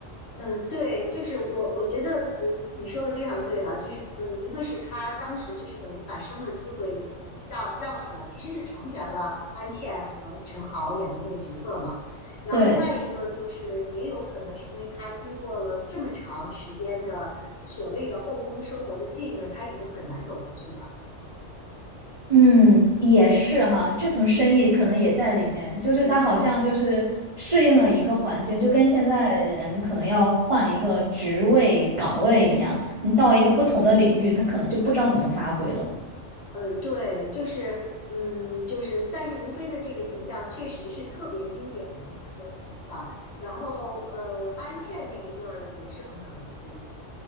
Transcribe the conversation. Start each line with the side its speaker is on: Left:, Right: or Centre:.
Left: 嗯，对，就是我，我觉得，呃，你说的非常对啊，就是，呃，一个是他当时就是等于把生的机会，呃，让让出来，其实是成全了安茜和陈豪演的那个角色嘛。然后另外一个就是，
Right: 对，
Left: 也有可能是因为他经过了这么长时间的所谓的后宫生活的浸润，他已经很难走出去了。
Right: 嗯，也是哈，这层深意可能也在里面，就是他好像就是适应了一个环境，
Left: 嗯。
Right: 就跟现在人可能要换一个职位岗位一样，你到一个不同的领域，他可能就不知道怎么发挥了。
Left: 呃，对，就是，嗯，就是，但是如飞的这个形象确实是特别经典的一个形象。然后，呃，安茜那一对儿也是很可惜，